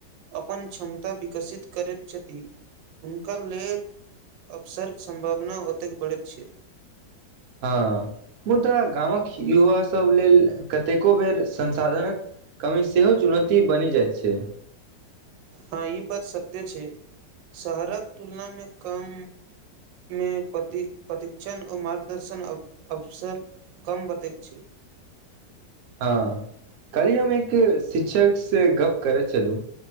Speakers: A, on the right; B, on the right.
A: अपन क्षमता विकसित करैत छथि, हुनका लेल अवसरक सम्भावना ओतेक बढ़ैत छै।
B: हाँ मुद्दा गामक युवा सब लेल कतेको बेर संसाधनक कमी सेहो चुनौती बनि जाएत छै।
A: हाँ ई बात सत्य छै शहरक तुलना मे कम मे पति प्रतिक्षण और मार्गदर्शन अव अवसर कम बतैत छै।
B: हाँ कल्हि हम एक शिक्षक से गप्प करै छलु